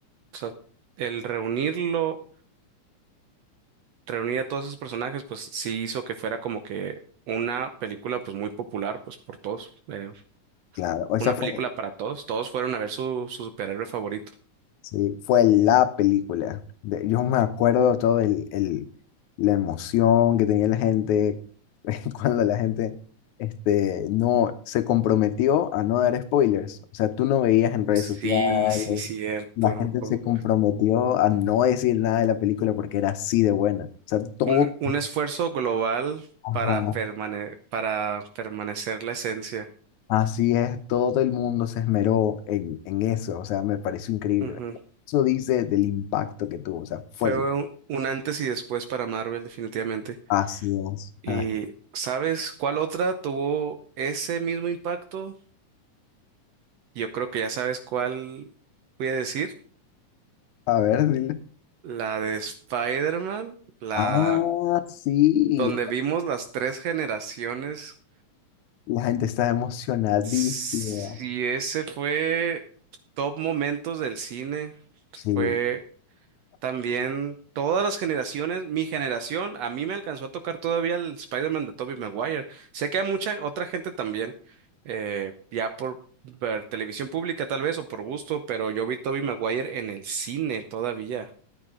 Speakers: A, on the right; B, on the left.
A: O sea, el reunirlo, reunir a todos esos personajes, pues sí hizo que fuera como que una película pues muy popular pues por todos, eh,
B: Claro, esa
A: una
B: fue.
A: película para todos, todos fueron a ver su, su superhéroe favorito.
B: Sí, fue la película. De- yo me acuerdo todo el, el- la emoción que tenía la gente <laughs> cuando la gente este, no se comprometió a no dar spoilers. O sea, tú no veías en redes
A: Sí,
B: sociales,
A: sí, cierto.
B: la gente
A: O-
B: se comprometió a no decir nada de la película porque era así de buena. O sea, todo,
A: Un, un esfuerzo global
B: ajá,
A: para, permane- para permanecer la esencia.
B: así es, todo el mundo se esmeró en, en eso. O sea, me pareció increíble.
A: Ujú.
B: Eso dice del impacto que tuvo. O sea,
A: Fue
B: fue.
A: un, un antes y después para Marvel, definitivamente.
B: Así es.
A: Y
B: Ah,
A: ¿sabes cuál otra tuvo ese mismo impacto? Yo creo que ya sabes cuál voy a decir.
B: A ver, dile.
A: La de Spider-Man, la
B: ah, sí.
A: donde vimos las tres generaciones.
B: La gente está emocionadísima.
A: Sí, ese fue top momentos del cine.
B: Sí.
A: Fue también todas las generaciones, mi generación, a mí me alcanzó a tocar todavía el Spider-Man de Tobey Maguire. Sé que a mucha otra gente también, eh, ya por, ver televisión pública tal vez o por gusto, pero yo vi Tobey Maguire en el cine todavía.